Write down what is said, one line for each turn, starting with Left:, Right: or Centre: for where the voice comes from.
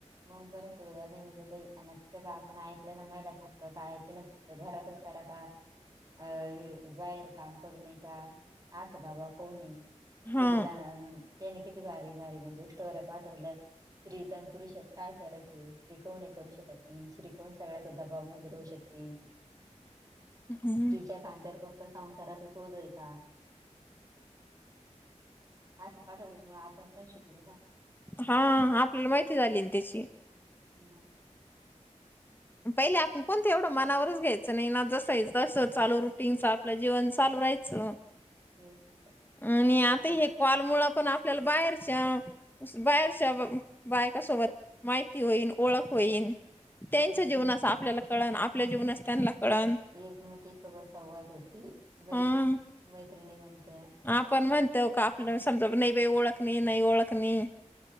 Right: मंग परत सगळं नेऊन देई आणि आता सगळं आपण ऐकलेलं महीला सांगतात काय तील त घरातच करा का अ बाहेर काम करू नये का असा <unintelligible> कोण ये सुरीला
Left: हां.
Right: त्याने किती भारी भारी म्हणजे स्टोऱ्या पाठवल्या. स्त्री त आणि पुरुषात काय फरक ये, स्त्री कमुण हे करू शकत नाही. स्त्री पण सगळ्याच्या दबावमध्ये रहू शकते. <inaudible>
Left: हम्म
Right: तिच्या खांद्यावर फक्त संसाराचच ओझं आहे का? असं पाठवलं. त्याच्यामुळे आपण पण शिकलो ना.
Left: हा आपल्याला माहिती झाली ना त्याची
Right: म
Left: पहिले आपण कोणतं एवढं मनावरच घ्याय च नाय ना, जसय तसं चालू रुटीनच आपलं जीवन चालू राहायचं.
Right: तेस नाही पण
Left: आणि
Right: आता आपल्या
Left: हे कॉल मुळं पण आपल्याला बाहेरच्या, बाहेरच्या बायकासोबत माहिती होईन, ओळख होईन.
Right: बरोबर
Left: त्यांच्या जीवनाचं
Right: आहे ना.
Left: आपल्याला कळन आपल्या जीवनाच त्यांना कळन
Right: एकमेकी सोबत संवाद होती. मैत्री
Left: हं.
Right: मैत्रिणी बनत्या
Left: आपण म्हणतो का आपलं समजा नई बई ओळख नई नाई ओळख नई